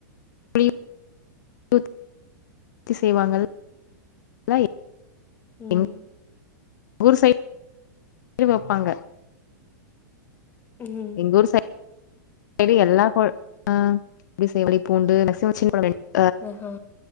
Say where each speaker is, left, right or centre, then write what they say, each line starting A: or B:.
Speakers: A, on the left; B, on the left.
A: <inaudible> ஊத் த்தி செய்வாங்கள் <inaudible>
B: ம்
A: எங்க ஊர் சைட் வப்பாங்க
B: ம்
A: எங்கூர் சை டு எல்லா கொழ் ஆ எப்டி செய்படி பூண்டு ரசோ வச்சி <inaudible>
B: ஆஹ